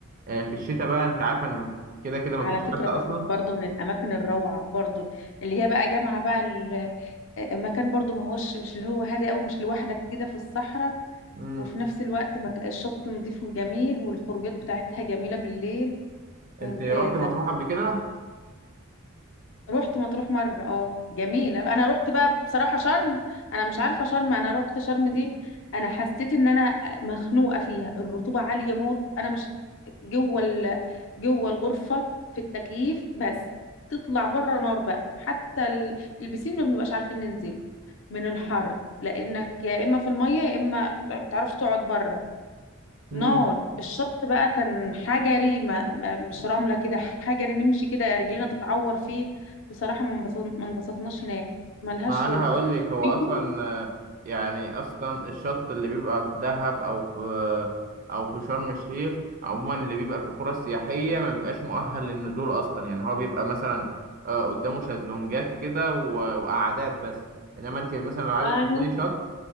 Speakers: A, on the right (about 40°); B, on the left (about 65°).
A: آه، في الشتاء بقى انت عارفه ان كده كده مفيش
B: على فكره
A: حد اصلا
B: مطروح برضو من الاماكن الروعه برضو اللي هي بقى جامعه بقى ال- مكان برضو ما هوش مش اللي هو هادي قوي مش لوحدك كده في الصحراء
A: امم
B: وفي نفس الوقت مك- الشط نظيف وجميل والخروجات بتاعتها جميله بالليل ممتازه
A: انت رحت مطروح قبل كده
B: رحت مطروح مرة اه جميلة انا رحت بقى بصراحة شرم انا مش عارفة شرم انا رحت شرم دي انا حسيت ان انا مخنوقة فيها الرطوبة عالية موت انا مش جوه ال... جوه الغرفة في التكييف بس تطلع بره نار بقى حتى ال... البسين ما بنبقاش عارفين ننزله من الحر لانك يا اما في المية يا اما ما تعرفش تقعد بره
A: مم.
B: نار الشط بقى كان حجري ما ما- مش رملة كده حجري نمشي كده رجلينا تتعور فيه بصراحة ما انبسط- ما انبسطناش هناك ملهاش
A: ما انا
B: روح
A: هقول لك هو
B: بيقول
A: اصلا آه، يعني اصلا الشط اللي بيبقى في دهب او في او في شرم الشيخ عموما اللي بيبقى في القرى السياحيه ما بيبقاش مؤهل للنزول اصلا يعني هو بيبقى مثلا آه، قدامه شازلونجات كده و- وقعدات بس انما انت مثلا لو عايزه
B: ايوه
A: تنزلي شط